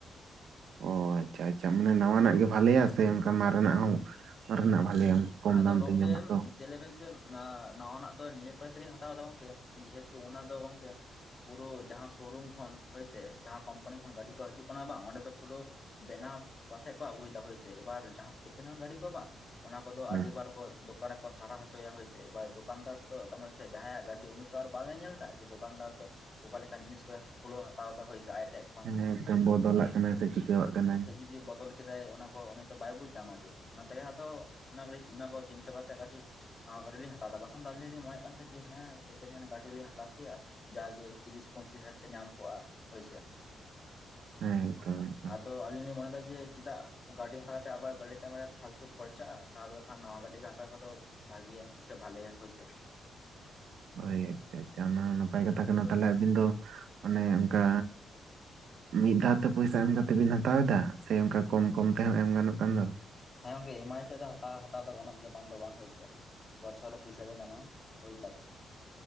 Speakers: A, on the right; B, on the left.
A: ᱚ ᱟᱪᱪᱷᱟ ᱟᱪᱪᱷᱟ ᱢᱟᱱᱮ ᱱᱟᱣᱟᱱᱟᱜ ᱜᱮ ᱵᱷᱟᱞᱮᱭᱟ ᱥᱮ ᱚᱱᱠᱟ ᱢᱟᱨᱱᱟᱜ ᱦᱚᱸ ᱢᱟᱨᱮᱱᱟᱜ ᱵᱷᱟᱞᱮᱭᱟ ᱠᱚᱢ
B: ᱟᱫᱚ
A: ᱫᱟᱢ
B: ᱜᱚᱝᱠᱮᱢ
A: ᱛᱮ ᱧᱟᱢᱚᱜ ᱫᱚ
B: ᱪᱮ ᱞᱮᱵᱮᱱ ᱥᱮ ᱱᱟᱣᱟᱱᱟᱜ ᱫᱚ ᱱᱤᱭᱟᱹ <unintelligible> ᱛᱮᱞᱤᱧ ᱦᱟᱛᱟᱣ ᱫᱟ ᱜᱚᱝᱠᱮ ᱡᱮᱦᱮᱛᱩ ᱚᱱᱟ ᱫᱚ ᱜᱚᱝᱠᱮ ᱯᱩᱨᱳ ᱡᱟᱦᱟᱸ ᱥᱳ ᱨᱩᱢ ᱠᱷᱚᱱ ᱦᱳᱭᱥᱮ ᱡᱟᱦᱟᱸ ᱠᱳᱢᱯᱟᱱᱤ ᱠᱷᱚᱱ ᱜᱟᱹᱰᱤ ᱠᱚ ᱦᱤᱡᱩᱜ ᱠᱟᱱᱟ ᱵᱟᱝ ᱚᱸᱰᱮ ᱫᱚ ᱯᱩᱨᱳ ᱵᱮᱱᱟᱣ ᱠᱟᱛᱮ ᱠᱚ ᱟᱹᱜᱩᱭ ᱫᱟ ᱦᱳᱭ ᱥᱮ ᱮᱵᱟᱨ ᱡᱟᱦᱟᱸ ᱥᱮᱠᱮᱱ ᱦᱮᱱ ᱜᱟᱹᱰᱤ ᱠᱚ ᱵᱟᱝ ᱚᱱᱟ ᱠᱚᱫᱚ ᱟᱹᱰᱤ
A: ᱦᱮᱸ
B: ᱵᱟᱨ ᱠᱚ ᱫᱚᱠᱟᱱ ᱨᱮᱠᱚ ᱥᱟᱨᱟ ᱦᱚᱪᱚ ᱪᱚᱭᱟ ᱦᱳᱭ ᱥᱮ ᱮᱵᱟᱨ ᱫᱚᱠᱟᱱᱫᱟᱨ ᱛᱚ ᱟᱨ ᱡᱟᱦᱟᱸᱭᱟᱜ ᱜᱟᱹᱰᱤ ᱩᱱᱤ ᱛᱚ ᱟᱨ ᱵᱟᱝ ᱮ ᱧᱮᱞ ᱮᱫᱟᱭ ᱫᱚᱠᱟᱱᱫᱟᱨ ᱫᱚ ᱾ ᱚᱠᱟ ᱞᱮᱠᱟᱱ ᱡᱤᱱᱤᱥ ᱠᱚᱭ ᱠᱷᱩᱞᱟᱹᱣ ᱦᱟᱛᱟᱣ ᱫᱟ ᱦᱳᱭ ᱥᱮ ᱟᱡ ᱴᱷᱮᱡ ᱾
A: ᱦᱮᱸ ᱛᱚ ᱵᱚᱫᱚᱞᱟᱜ ᱠᱟᱱᱟᱭ ᱥᱮ ᱪᱤᱠᱟᱹᱣᱟᱜ ᱠᱟᱱᱟᱭ ᱾
B: ᱫᱤᱭᱮ ᱵᱚᱫᱚᱞ ᱠᱮᱫᱟᱭ ᱚᱱᱟ ᱠᱚ ᱩᱱᱤ ᱛᱚ ᱵᱟᱭ ᱵᱩᱡ ᱧᱟᱢᱟ ᱡᱮ ᱚᱱᱟ ᱛᱮᱜᱮ ᱦᱚᱭᱛᱚ ᱚᱱᱟ ᱚᱱᱟ ᱠᱚ ᱪᱤᱱᱛᱟᱹ ᱠᱟᱛᱮ ᱠᱟᱹᱴᱤᱡ ᱱᱟᱣᱟ ᱜᱟᱰᱤ ᱞᱤᱧ ᱦᱟᱛᱟᱣ ᱮᱫᱟ ᱵᱟᱠᱷᱟᱱ ᱛᱚ ᱟᱹᱞᱤᱧ ᱡᱮ ᱦᱮᱸ ᱥᱮᱠᱮᱱᱰ ᱦᱮᱱᱰ ᱜᱟᱹᱰᱤ ᱞᱤᱧ ᱦᱟᱛᱟᱣ ᱦᱟᱛᱟᱣ ᱠᱮᱭᱟ ᱡᱟᱜᱮ ᱛᱤᱨᱤᱥ ᱯᱚᱸᱭᱛᱨᱤᱥ ᱦᱟᱡᱟᱨ ᱛᱮ ᱧᱟᱢ ᱠᱚᱜᱼᱟ ᱦᱳᱭᱥᱮ ᱾
A: ᱦᱮᱸ ᱮᱠᱫᱚᱢ ᱮᱠᱫᱚᱢ
B: ᱟᱫᱚ ᱟᱞᱤᱧ ᱞᱤᱧ ᱢᱟᱱᱮ ᱮᱫᱟ ᱡᱮ ᱪᱮᱫᱟᱜ ᱜᱟᱹᱰᱤ ᱦᱟᱛᱟᱣ ᱛᱮ ᱟᱵᱟᱨ ᱜᱟᱹᱰᱤ ᱛᱟᱭᱚᱢ ᱨᱮ ᱯᱷᱟᱞᱛᱩ ᱠᱷᱚᱨᱪᱟᱜᱼᱟ ᱾ ᱛᱟᱦᱚᱵᱮᱠᱷᱟᱱ ᱱᱟᱣᱟ ᱜᱟᱹᱰᱤ ᱜᱮ ᱦᱟᱛᱟᱣ ᱠᱚᱫᱚ ᱵᱷᱟᱜᱤᱭᱟ ᱥᱮ ᱵᱷᱟᱞᱮᱭᱟ ᱦᱳᱭᱥᱮ ᱾
A: ᱦᱳᱭ, ᱟᱪᱪᱷᱟ ᱟᱪᱪᱷᱟ ᱾ ᱚᱱᱟ ᱦᱚᱸ ᱱᱟᱯᱟᱭ ᱠᱟᱛᱷᱟ ᱠᱟᱱᱟ
B: ᱦᱳᱭ
A: ᱛᱟᱦᱚᱞᱮ ᱟᱹᱵᱤᱱ ᱫᱚ ᱢᱟᱱᱮ ᱚᱱᱠᱟ ᱢᱤᱫ ᱫᱷᱟᱹᱣ ᱛᱮ ᱯᱚᱭᱥᱟᱹ ᱮᱢ ᱠᱟᱛᱮ ᱵᱤᱱ ᱦᱟᱛᱟᱣ ᱮᱫᱟ, ᱥᱮ ᱚᱱᱠᱟ ᱠᱚᱢ ᱠᱚᱢ ᱛᱮᱦᱚᱸ ᱮᱢ ᱜᱟᱱᱚᱜ ᱠᱟᱱ ᱫᱚ ᱾
B: ᱦᱮᱸ, ᱜᱚᱝᱠᱮ ᱮᱢᱟᱭ ᱛᱮ ᱫᱚ ᱦᱟᱛᱟᱣ ᱫᱚ ᱜᱟᱱᱚᱜ ᱜᱮᱭᱟ ᱵᱟᱝ ᱫᱚ ᱵᱟᱝ ᱦᱳᱭᱥᱮ ᱾ ᱵᱚᱪᱷᱚᱨ ᱨᱮ ᱯᱩᱭᱥᱟᱹ ᱵᱤᱱ ᱮᱢᱟ ᱵᱩᱡ ᱫᱟᱵᱮᱱ ᱾